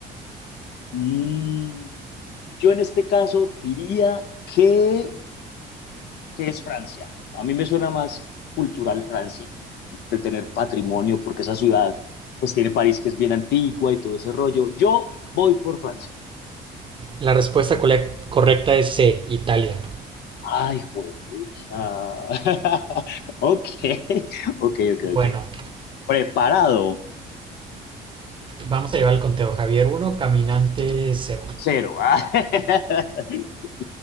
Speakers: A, on the left; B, on the right.
A: Mm, yo en este caso diría que ¿Qué es Francia? A mí me suena más cultural Francia, como de tener patrimonio, porque esa ciudad, pues tiene París que es bien antigua y todo ese rollo. Yo voy por Francia.
B: La respuesta colec- correcta es C, Italia.
A: Ay, juepucha. <laughs> Ok, ok, ok,
B: Bueno,
A: ok. Preparado,
B: vamos a llevar el conteo. Javier uno Caminante 0.
A: cero. <laughs>